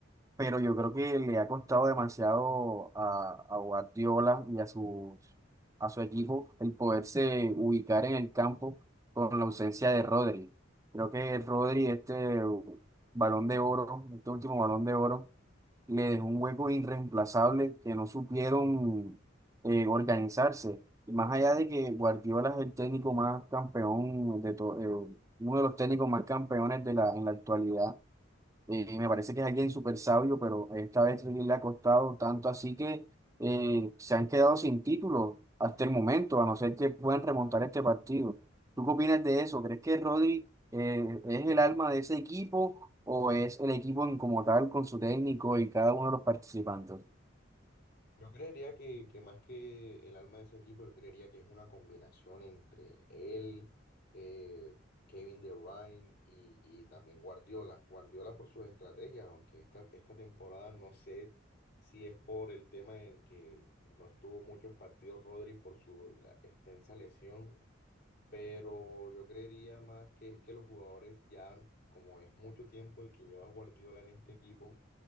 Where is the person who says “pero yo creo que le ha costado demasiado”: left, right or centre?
Right